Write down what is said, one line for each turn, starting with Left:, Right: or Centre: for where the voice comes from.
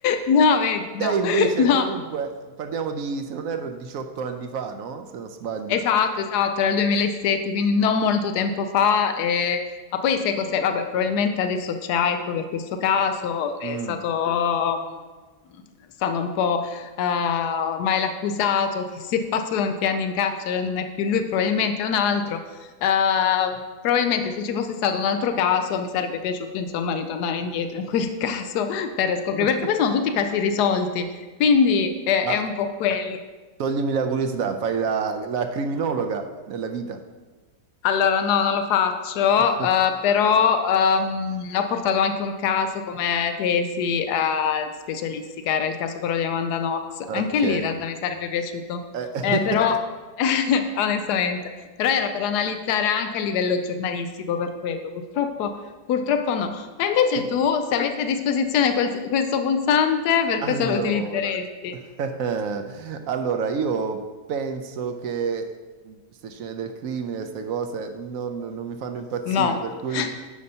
Left: No, vedi,
Right: te
Left: no,
Right: invece,
Left: no.
Right: comunque, parliamo di, se non erro, 18 anni fa, no? Se non sbaglio.
Left: Esatto, esatto, era il 2007, quindi non molto tempo fa. eh, ma poi sai cos'è? Vabbè, probabilmente adesso c'è hype per questo caso, è
Right: Mm.
Left: stato, mh, stanno un po', eh, ormai l'accusato che si è fatto tanti anni in carcere, non è più lui, probabilmente è un altro. Ehm, probabilmente se ci fosse stato un altro caso mi sarebbe piaciuto, insomma, ritornare indietro in quel <laughs> caso per scoprire,
Right: <laughs>
Left: perché poi sono tutti casi risolti, quindi eh,
Right: Ma
Left: è un po' quello.
Right: toglimi la curiosità, fai la, la criminologa nella vita.
Left: Allora, no, non lo faccio,
Right: <laughs>
Left: eh, però ehm, ho portato anche un caso come tesi eh, di specialistica, era il caso però di Amanda Knox.
Right: Ok.
Left: Anche lì
Right: Eh.
Left: in realtà mi sarebbe piaciuto,
Right: <laughs>
Left: Eh, però <laughs> onestamente, però era per analizzare anche a livello giornalistico per quello, purtroppo, purtroppo no. Ma invece
Right: Qui-
Left: tu, se avessi a disposizione quel- questo pulsante, per
Right: Allora,
Left: cosa lo utilizzeresti?
Right: <laughs> allora io penso che queste scene del crimine, queste cose non, non mi fanno impazzire,
Left: No,
Right: per cui
Left: <laughs>